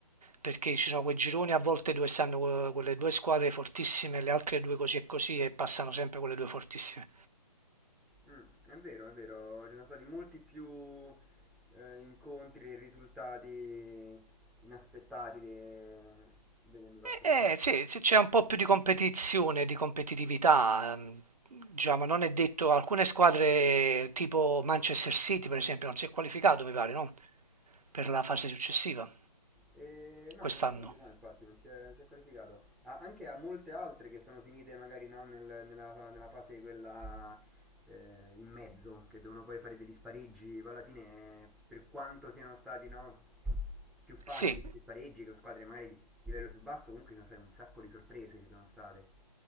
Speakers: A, on the right; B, in the centre.
A: Perché ci sono quei gironi a volte dove stanno eh, quelle due squadre fortissime, le altre due così e così e passano sempre quelle due fortissime.
B: Mm, è vero, è vero, ci sono stati molti più eh, incontri e risultati inaspettati de- degli anni passati.
A: Eh, eh, sì, sì, c'è un po' più di competizione, di competitività. mm, Già, ma non è detto, alcune squadre tipo Manchester City, per esempio, non si è qualificato, mi pare, no? Per la fase successiva,
B: Eh, no,
A: quest'anno.
B: se non sbaglio no, infatti, non si è, non si è qualificato. Ha- anche a molte altre che sono finite magari no, nel- nella, nella fase quella eh, in mezzo, che devono poi fare degli spareggi, poi alla fine eh, per quanto siano stati no, più facili
A: Sì,
B: questi spareggi che squadre magari di livello più basso, comunque ci sono state un sacco di sorprese, ci sono state.